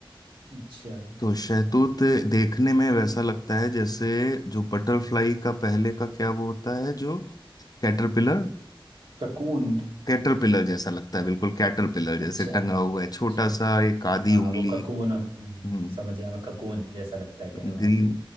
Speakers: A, on the right; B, on the left.
A: अच्छा
B: तो शहतूत देखने में वैसा लगता है जैसे जो बटरफ्लाई का पहले का क्या वो होता है जो कैटरपिलर
A: ककून
B: कैटरपिलर जैसा लगता है बिल्कुल कैटरपिलर जैसे
A: अच्छा
B: टंगा हुआ है छोटा
A: अच्छा
B: सा एक आधी
A: हाँ
B: उंगली
A: वो ककून हम्म,
B: हम्म
A: समझ गया मैं ककून जैसा लगता है कह
B: तो
A: रहे हो
B: ग्रीन
A: आपको